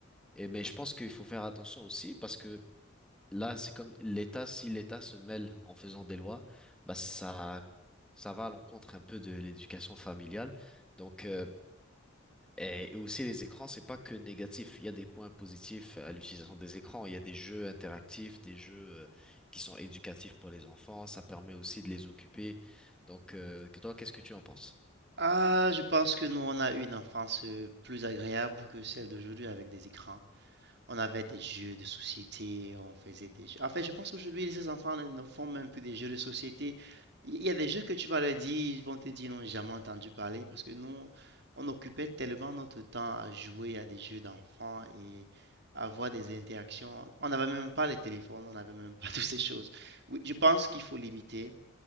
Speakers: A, in the centre; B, on the right (about 55°).
A: et mais je pense qu'il faut faire attention aussi parce que là, c'est comme l'État, si l'État se mêle en faisant des lois, bah ça, ça va à l'encontre un peu de l'éducation familiale. Donc, euh, et, et aussi les écrans, c'est pas que négatif. Il y a des points positifs à l'utilisation des écrans. Il y a des jeux interactifs, des jeux euh, qui sont éducatifs pour les enfants. Ça permet aussi de les occuper. Donc, euh, que toi, qu'est-ce que tu en penses?
B: Ah, je pense que nous, on a eu une enfance euh, plus agréable que celle d'aujourd'hui avec des écrans. On avait des jeux de société, on faisait des jeux. En fait, je pense qu'aujourd'hui, ces enfants ne ne font même plus des jeux de société. Il y a des jeux que tu vas leur dire, ils vont te dire, ils n'ont jamais entendu parler parce que nous, on occupait tellement notre temps à jouer à des jeux d'enfants et à avoir des interactions. On n'avait même pas les téléphones, on n'avait même pas <laughs> toutes ces choses. Oui, je pense qu'il faut limiter.